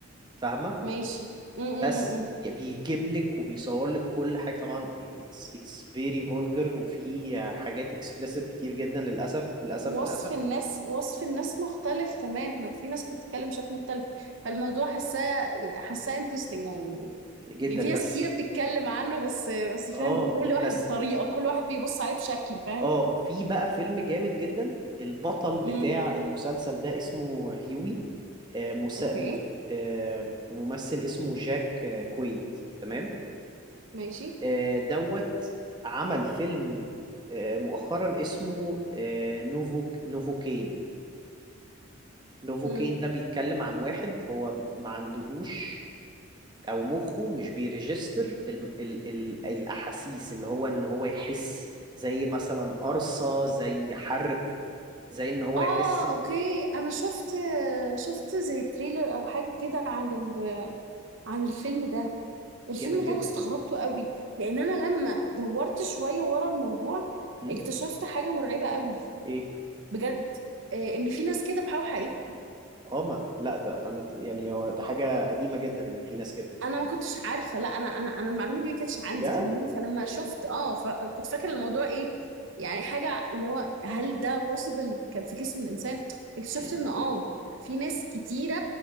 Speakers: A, on the right; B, on the right.
A: فاهمة
B: ماشي م -م -م.
A: بس
B: م.
A: بيجيب لك وبيصور لك كل حاجة طبعا it's it's very vulgar وفي حاجات explicit كتير جدا للأسف للأسف
B: وصف
A: للأسف
B: الناس وصف الناس مختلف تماما في ناس بتتكلم بشكل مختلف فالموضوع حاساه حاساه انترستنج يعني
A: جدا
B: يعني في ناس
A: بس
B: كتيرة بتتكلم عنه بس بس
A: اه
B: فاهم بكل واحد
A: بس
B: بطريقة كل واحد بيبص عليه بشكل فاهم
A: اه في بقى فيلم جامد جدا البطل بتاع
B: امم
A: المسلسل ده اسمه هيوي آه، مسا...
B: اوكي
A: مس... آه، ممثل اسمه جاك آه، كويد تمام
B: ماشي
A: آه، دوت عمل فيلم آه، مؤخرا اسمه آه، نوفو نوفوكين نوفوكين
B: امم
A: ده بيتكلم عن واحد هو ما عندهوش او مخه مش بيرجستر ال ال ال الاحاسيس اللي هو ان هو يحس زي مثلا قرصة زي حرق زي ان هو
B: اه
A: يحس إن-
B: اوكي انا شفت شفت زي تريلر او حاجة كده عن ال... عن الفيلم ده
A: جامد
B: الفيلم
A: جدا
B: ده انا استغربته قوي لان انا لما دورت شوية ورا الموضوع
A: امم
B: اكتشفت حاجة مرعبة قوي
A: ايه
B: بجد آه، ان في ناس كده بحاول حقيقي
A: اه ما لا ده انا يعني هو ده حاجة قديمة جدا ان في ناس كده
B: انا ما كنتش عارفه لا انا انا انا المعلومه دي ما كانتش عندي
A: بجد
B: فاهمني فلما شفت اه فكنت فاكره الموضوع ايه يعني حاجه اللي هو هل ده possible كان في جسم الانسان اكتشفت
A: مم.
B: ان اه في ناس كتيره